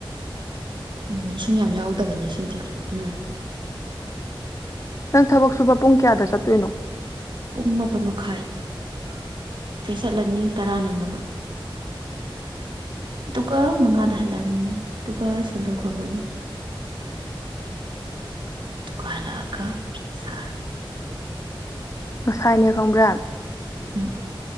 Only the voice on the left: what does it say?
ꯅꯪ ꯊꯕꯛ ꯁꯨꯕ ꯄꯨꯡ ꯀꯌꯥꯗ ꯆꯠꯇꯣꯏꯅꯣ
ꯁꯥꯏꯅꯦ ꯈꯪꯕ꯭ꯔꯥ